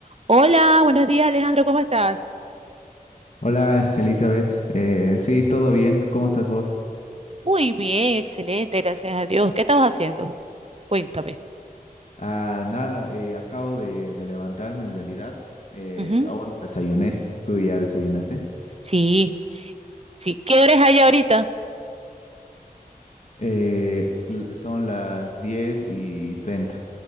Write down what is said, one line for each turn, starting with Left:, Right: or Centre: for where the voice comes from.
Right: Hola, buenos días Alejandro, ¿cómo estás?
Left: Hola Elizabeth, Eh, sí, todo bien, ¿cómo estás vos?
Right: Muy bien, excelente, gracias a Dios. ¿Qué estabas haciendo? Cuéntame.
Left: Ah, nada, eh, acabo de, de levantarme en realidad, Eh,
Right: Ujú.
Left: aún no desayuné, ¿tú ya desayunaste?
Right: Sí, sí. ¿Qué hora es allá ahorita?
Left: Eh, l- son las 10 y 30